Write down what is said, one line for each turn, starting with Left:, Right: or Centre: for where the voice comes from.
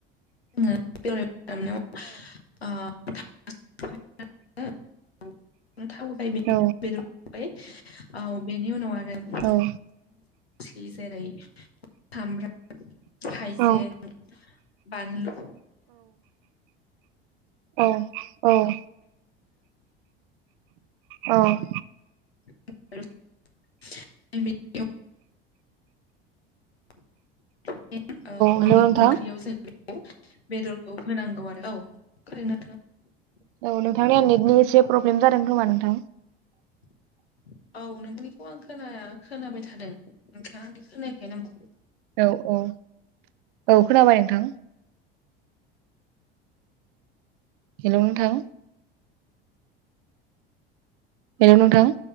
Left: <unintelligible> <unintelligible> थाव होबाय बेदर
Right: औ
Left: होबाय औ बेनि उनाव आरो
Right: औ
Left: जेरै सामब्राम हाइजें
Right: औ
Left: बानलु
Right: औ औ औ
Left: <unintelligible> अनला ओंख्रियाव जों बेखौ बेदरखौ होनांगौ
Right: हेलौ नोंथां
Left: आरो औ खोंनादोंना नोंथाङा
Right: औ नोंथांनिया नेटनि एसे प्रब्लेम जादों खोमा नोंथां
Left: <inaudible> औ नोंथांनिखौ आं खोनाया खोनाबाय थादों नोंथाङा आंनिखौ खोनायाखै नामा
Right: औ औ औ खोनाबाय नोंथां हेल' नोंथां हेल' नोंथां